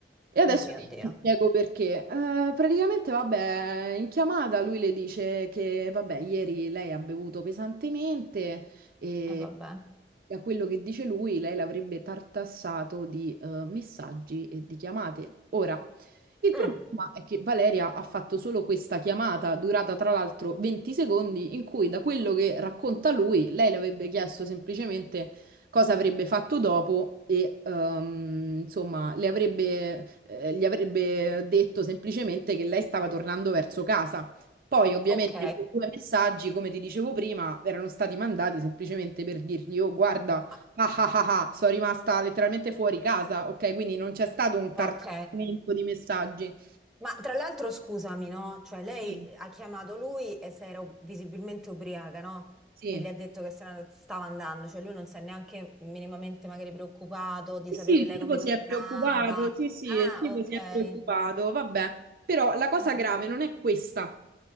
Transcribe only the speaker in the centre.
Oh mio
Dio,
e vabbè.
Mm,
ok,
ma,
ok.
Ma tra l'altro scusami, no? Cioè lei
ha chiamato lui e se era ob- visibilmente ubriaca, no?
E le ha detto che se ne stava andando, cioè lui non si è neanche minimamente magari preoccupato di
sapere
lei
come
tornava.
Ah,
ok.
Mm,